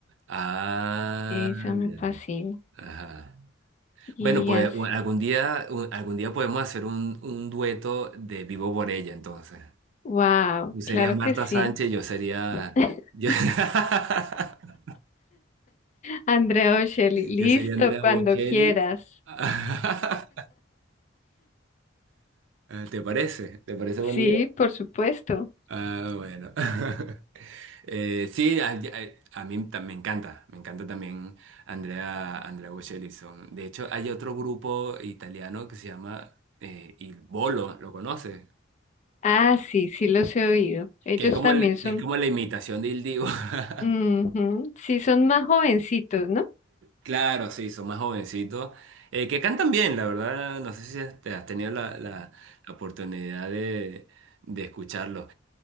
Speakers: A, on the right; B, on the left.
A: Ah,
B: Esa me
A: ya,
B: fascina.
A: ya. Ajá.
B: Y
A: Bueno, pues
B: así,
A: u- algún día, u- algún día podemos hacer un, un dueto de Vivo por ella, entonces.
B: wow,
A: Tú serías
B: claro
A: Marta
B: que sí.
A: Sánchez, yo sería.
B: <laughs>
A: Yo... <laughs>
B: Andrea Bocelli,
A: Yo
B: listo,
A: sería Andrea
B: cuando
A: Bocelli.
B: quieras.
A: <laughs> ¿Te parece? ¿Te parece buena
B: Sí,
A: idea?
B: por supuesto.
A: Ah, bueno. <laughs> Eh, sí, a, a- a mí tam- me encanta. Me encanta también Andrea, Andrea Bocelli. son- De hecho, hay otro grupo italiano que se llama eh, Il Bolo, ¿lo conoces?
B: Ah, sí, sí los he oído. Ellos
A: Que es como,
B: también
A: el-
B: son,
A: que es como la imitación de Il Divo. <laughs>
B: ujú, sí, son más jovencitos, ¿no?
A: Claro, sí, son más jovencitos. eh, que cantan bien, la verdad. No sé si has- te has tenido la, la- la oportunidad de, de escucharlos.